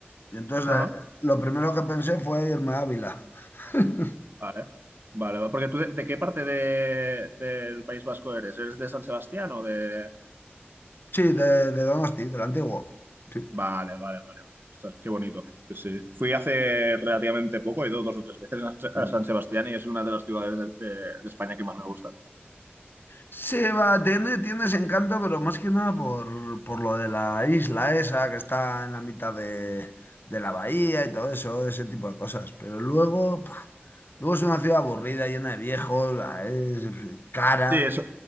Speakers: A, on the left; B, on the right.
A: Y entonces
B: Ajá,
A: eh, lo primero que pensé fue irme a Ávila. <laughs>
B: vale. Vale, va- porque tú de, de qué parte de, del País Vasco eres? ¿Eres de San Sebastián o de...?
A: Sí, de, de Donosti, del antiguo. Sí.
B: Vale, vale, vale, vale. Ostras, qué bonito. Sí, sí. Fui hace relativamente poco, he ido dos o tres veces a
A: Mm.
B: San Sebastián y es una de las ciudades de, de- de España que más me gustan.
A: Sí, va, tiene, tiene ese encanto, pero más que nada por, por lo de la isla esa que está en la mitad de, de la bahía y todo eso, ese tipo de cosas. Pero luego, pa, luego es una ciudad aburrida, llena de viejos, la- es cara.
B: Sí, eso.